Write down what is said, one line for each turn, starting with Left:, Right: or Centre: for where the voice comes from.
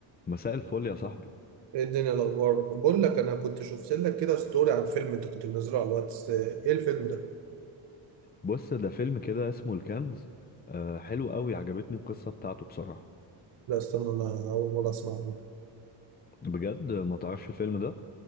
Left: مساء الفل يا صاحبي
Right: ايه الدنيا الاخبار بقول لك انا كنت شفت لك كده ستوري عن فيلم انت كنت منزله على الواتس ايه الفيلم ده
Left: بص ده فيلم كده اسمه الكنز آه حلو قوي عجبتني القصة بتاعته بصراحة
Right: لا استنى انا اول مره اسمع عنه
Left: بجد ما تعرفش الفيلم ده